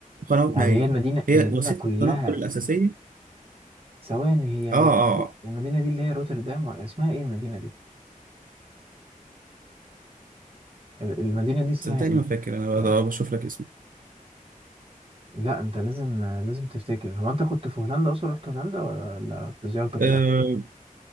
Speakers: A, on the right; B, on the right.
A: قنوات
B: يعني
A: مائية
B: هي المدينه
A: هي
B: المدينه
A: وسيلة
B: كلها
A: التنقل الأساسية
B: ثواني هي المدينه
A: اه اه آه.
B: المدينه دي اللي هي روتردام ولا اسمها ايه المدينه دي ال- المدينه دي اسمها
A: صدقني
B: ايه
A: ما فاكر أنا
B: آه،
A: بقى- بشوف لك اسمه
B: لا انت لازم آه، لازم تفتكر هو انت كنت في هولندا اصلا رحت هولندا ولا لا في زيارتك
A: آه،
B: الاخيره